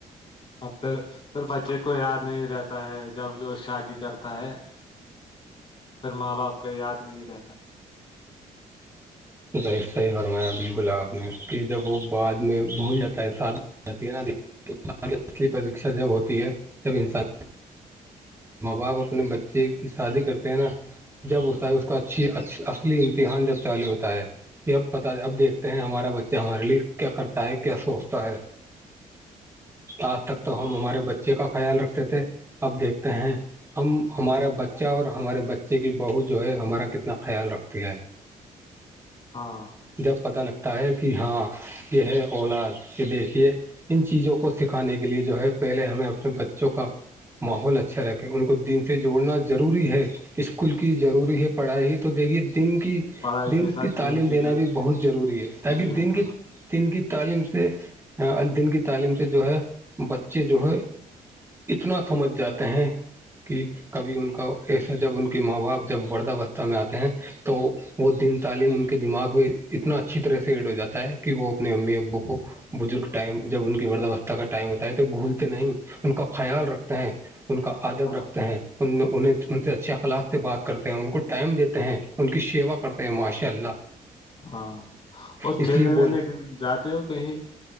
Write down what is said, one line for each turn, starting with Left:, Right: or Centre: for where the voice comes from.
Left: اور پھر پھر بچے کو یاد نہیں رہتا ہے جب وہ شادی کرتا ہے سر ماں باپ کا یاد نہیں رہتا
Right: صحی فرمایا بالکل آپ نے کہ جب وہ بعد میں بھول جاتا ہے ساد اصلی پرشا جب ہوتی ہے تب انسان ماں باپ اپنے بچے کی شادی کرتے ہیں نا جب ہوتا ہے اس کا اچھی اچ اصلی امتحان جب چالے ہوتا ہے یہ اب پتا اب دیکھتے ہیں ہمارا بچہ ہمارے لیے کیا کرتا ہے کیا سوچتا ہے
Left: <inaudible>
Right: آج تک تو ہم
Left: ہاں
Right: ہمارے بچے کا خیال رکھتے تھے اب دیکھتے ہیں ہم ہمارا بچہ اور ہمارے بچے کی بہو جو ہے ہمارا کتنا خیال رکھتی ہے
Left: ہاں
Right: جب پتہ لگتا ہے کہ ہاں یہ ہے اولاد یہ دیکھیے ان چیزوں کو سکھانے کے لیے جو ہے پہلے ہمیں اپنے بچوں کا ماحول اچھا رہے ان کو دن سے جوڑنا ضروری ہے اسکول کی ضروری ہے پڑھائی تو دیکھیے دن کی
Left: پڑھائی
Right: دن
Left: کے ساتھ
Right: کی تعلیم
Left: دین کی
Right: دینا بھی بہت ضروری ہے تاکہ
Left: ہے
Right: دن
Left: ہاں
Right: کی دن کی تعلیم سے دن کی تعلیم سے جو ہے بچے جو ہے اتنا سمجھ جاتے ہیں کہ کبھی ان کا ایسا جب ان کی ماں باپ جب وردھاوستھا میں آتے ہیں تو وہ دن تعلیم ان کے دماغ میں اتنا اچھی طرح سے ایڈ ہو جاتا ہے کہ وہ اپنے امی ابو کو بزرگ ٹائم جب ان کی ورداوستہ کا ٹائم ہوتا ہے تو بھولتے نہیں ان کا خیال رکھتے ہیں ان کا ادب
Left: ہاں
Right: رکھتے ہیں ان انہ انن سے اچھے اخلاق سے بات کرتے ہیں ان کو ٹائم دیتے ہیں ان کی شیوا کر ماشاء اللہ
Left: ہاں اور
Right: اس
Left: کھیلنے
Right: لیے
Left: ملنے
Right: بول
Left: جاتے ہو کہیں